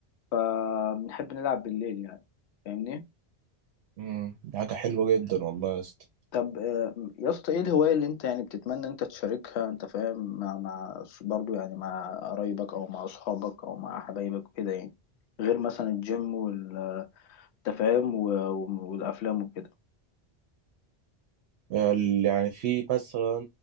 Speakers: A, on the left (about 85°); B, on the right (about 80°).
A: فبنحب نلعب بالليل يعني فاهمني
B: امم دي حاجة حلوة جدا والله يا اسطى
A: طب آه، يا اسطى ايه الهواية اللي انت يعني بتتمنى انت تشاركها انت فاهم مع مع أص- برضو يعني مع قرايبك او مع اصحابك او مع حبايبك وكده يعني غير مثلا الجيم والتفاهم والافلام وكده
B: ال- يعني في مثلا